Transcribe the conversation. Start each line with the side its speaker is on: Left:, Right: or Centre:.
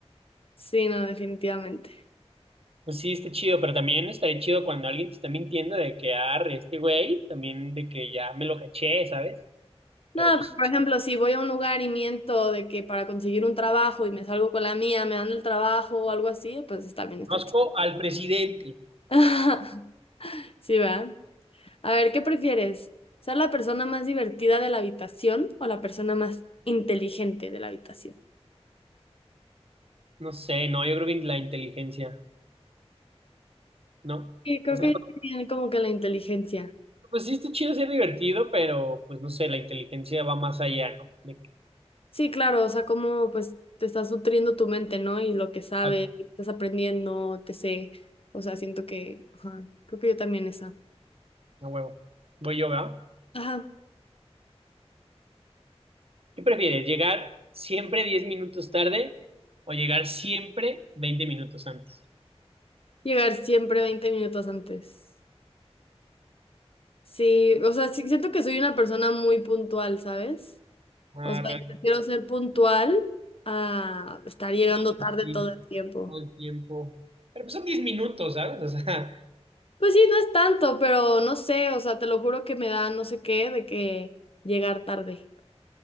Left: Sí, no, definitivamente.
Right: Pues sí, está chido, pero también estaría chido cuando alguien te está mintiendo de que arre este güey, también de que ya me lo caché, ¿sabes?
Left: No,
Right: Pero pues
Left: pero por
Right: sí.
Left: ejemplo, si voy a un lugar y miento de que para conseguir un trabajo y me salgo con la mía, me dan el trabajo o algo así, pues está bien, está
Right: Conozco
Left: chido.
Right: al presidente.
Left: <laughs> Sí, ¿verdad? A ver, ¿qué prefieres? ¿Ser la persona más divertida de la habitación o la persona más inteligente de la habitación?
Right: No sé, no, yo creo que la inteligencia, ¿no?
Left: Sí, creo
Right: O sea,
Left: que tienen como que la inteligencia.
Right: pues sí está chido ser divertido, pero pues no sé, la inteligencia va más allá, ¿no? De que,
Left: Sí, claro, o sea, como pues te estás nutriendo tu mente, ¿no? Y lo que sabes,
Right: ah,
Left: y estás aprendiendo, te sé. O sea, siento que, ajá, creo que yo también esa.
Right: a huevo. Voy yo, ¿verdad?
Left: Ajá,
Right: ¿Qué prefieres? ¿Llegar siempre 10 minutos tarde o llegar siempre 20 minutos antes?
Left: llegar siempre 20 minutos antes. Sí, o sea, sí, siento que soy una persona muy puntual, ¿sabes?
Right: Arre.
Left: O sea, yo prefiero ser puntual a estar llegando
Right: Sí,
Left: tarde
Right: sí,
Left: todo el tiempo.
Right: todo el tiempo. Pero pues son 10 minutos, ¿sabes? O sea,
Left: Pues sí, no es tanto, pero no sé, o sea, te lo juro que me da no sé qué de que llegar tarde.